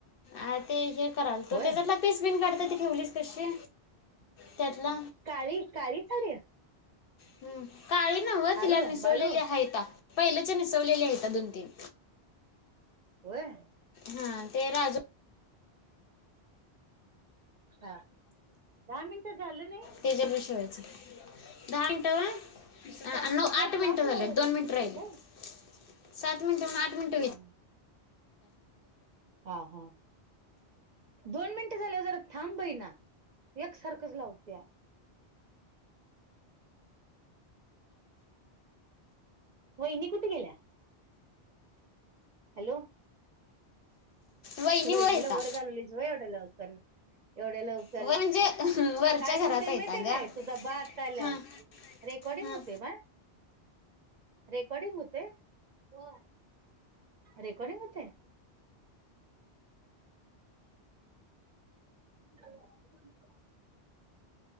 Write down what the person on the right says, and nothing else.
होय
काळी काळी साडी
आरू
बाळू
व्हय.
हा दहा मिनिटं झालं नाही.
पूजा
सात
मिनिटं
झालं
काय
हम्म
ह ह दोन मिनट झाल्या जरा थांबइन् एक सारखच वागतिया. वहिनी कुठं गेल्या? हॅलो.
वैनीला
एवढ वर घालवलीस होय <unintelligible> एवढ्या लवकर
काय म्हणते
माहितीये
तुझा बाप <unintelligible>
रेकॉर्डिंग
होते काय? रेकॉर्डिंग होत व्हाय. रेकॉर्डीिंग होतय. <inaudible>